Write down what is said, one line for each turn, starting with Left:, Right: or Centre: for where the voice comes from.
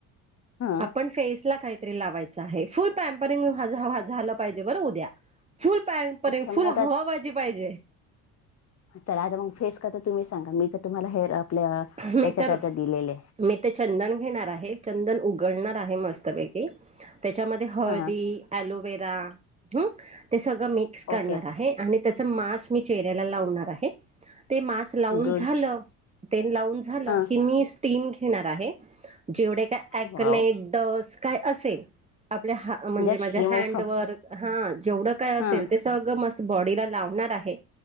Left: हां
Right: आपण फेसला काय? तेल लावायचा आहे, फुल पपरंग हा झा हा झा पाहिजे बर उद्या. फुल पपर्य
Left: अच्छा मग
Right: फुल
Left: आता
Right: हवाबाजी पाहिजे.
Left: चला आता मग फेस करता तुम्ही सांगा मी तर तुम्हाला हेर आपल्या
Right: मी
Left: याच्याकरता
Right: तर
Left: दिलेले आहे.
Right: मी ते चंदन घेणार आहे चंदन उघडणार आहे मस्तपैकी त्याच्यामध्ये हळदी
Left: हां
Right: हळदी एलोवेरा हू ते सगळं मिक्स करणार
Left: ओके
Right: आहे. आणि ते स मास मी चेहऱ्याला लावणार आहे, ते मास लाून
Left: गुड
Right: झाल ते. लावून झालं
Left: हां
Right: की, मी स्टीम घेणार आहे. जेवढं का एक्का
Left: वाव
Right: नेक्स्टड्स असेल आपल्या म्हणजे
Left: जस्ट
Right: माझ्या
Left: रिमूव
Right: हड
Left: फ्रॉम
Right: व हा जेवढं काय असेल
Left: ह
Right: ते सगळं मस्त बॉडी लावणार आहे,